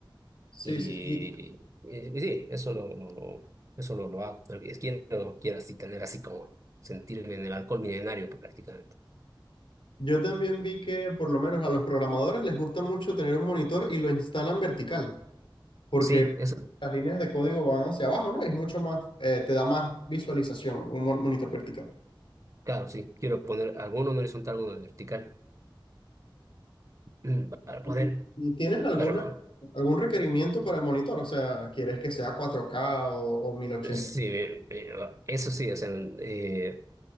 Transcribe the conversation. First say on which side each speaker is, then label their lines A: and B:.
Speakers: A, on the left; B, on the right.
A: Sí,
B: Y,
A: sí. Y
B: y- y sí, eso lo, lo- lo- eso lo, lo hago. Pero es- quiero, quiero así tener así como sentirme en el alcohol milenario prácticamente.
A: yo también vi que por lo menos a los programadores les gusta mucho tener un monitor y lo instalan vertical, porque
B: Sí, eso,
A: las líneas de código van hacia abajo, ¿no? Es mucho más, eh, te da más visualización un mon- monitor vertical.
B: claro, sí. Quiero poner alguno en horizontal, alguno en vertical. Mm, Para
A: ¿Y,
B: poder...
A: y tienes alguna,
B: Bueno,
A: algún requerimiento para el monitor? O sea, ¿quieres que sea cuatro k o, o 1080?
B: sí, eh, eh, eso sí, o sea, eh,